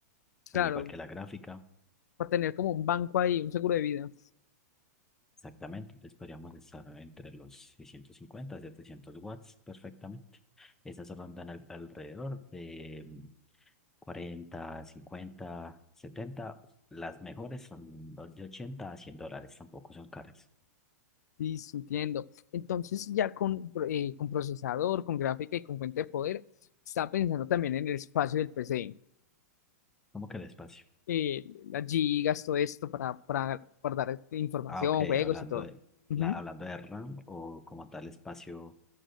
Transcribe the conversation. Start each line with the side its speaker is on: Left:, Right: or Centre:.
Left: Claro,
Centre: al igual que la gráfica.
Left: para tener como un banco ahí, un seguro de vida.
Centre: Exactamente, entonces podríamos estar entre los 650 y 700 watts perfectamente. Esas rondan al- alrededor de mm, 40, 50, 70. Las mejores son los de 80 a 100 dólares, tampoco son caras.
Left: Sí, sí, entiendo. Entonces, ya con, eh, con procesador, con gráfica y con fuente de poder, estaba pensando también en el espacio del PC,
Centre: ¿Cómo que el espacio?
Left: eh, las gigas, todo esto para, para guardar este, información,
Centre: Ah, ok,
Left: juegos
Centre: hablando
Left: y todo.
Centre: de,
Left: Ujú.
Centre: la, hablando de RAM o como tal espacio